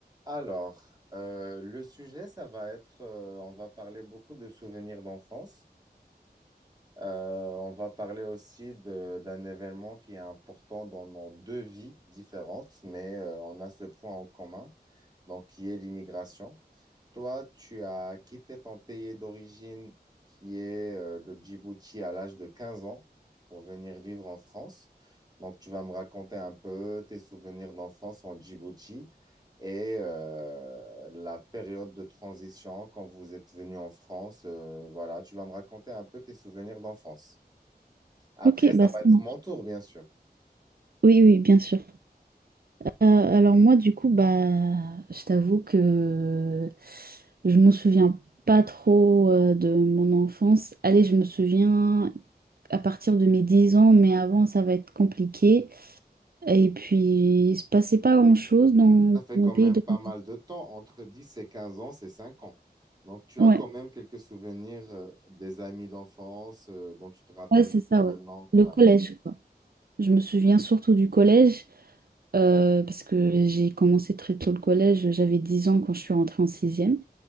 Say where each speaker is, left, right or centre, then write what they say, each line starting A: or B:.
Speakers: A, on the right; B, on the right.
A: Alors, euh, le sujet, ça va être, euh, on va parler beaucoup de souvenirs d'enfance. Euh, on va parler aussi de- d'un événement qui est important dans nos deux vies différentes, mais euh, on a ce point en commun, donc qui est l'immigration. Toi, tu as quitté ton pays d'origine, qui est euh, le Djibouti, à l'âge de 15 ans, pour venir vivre en France. Donc, tu vas me raconter un peu tes souvenirs d'enfance en Djibouti et euh, la période de transition quand vous êtes venu en France. Euh, voilà, tu vas me raconter un peu tes souvenirs d'enfance. Après,
B: Ok,
A: ça
B: bah ça
A: va être
B: marche.
A: mon tour, bien sûr.
B: Oui, oui, bien sûr. Euh, alors moi, du coup, bah, je t'avoue que je me souviens pas trop euh, de mon enfance. Allez, je me souviens à partir de mes 10 ans, mais avant, ça va être compliqué. Et puis, il se passait pas grand-chose dans
A: Ça fait
B: mon
A: quand
B: pays
A: même
B: d'origine.
A: pas mal de temps, entre 10 et 15 ans, c'est 5 ans. Donc tu
B: Ouais,
A: as quand même quelques souvenirs euh, des amis d'enfance euh, dont tu te rappelles
B: ouais, c'est
A: jusqu'à
B: ça,
A: maintenant.
B: ouais. Le
A: Ouais.
B: collège, quoi. Je me souviens surtout du collège. euh, parce que j'ai commencé très tôt le collège, j'avais 10 ans quand je suis rentrée en sixième.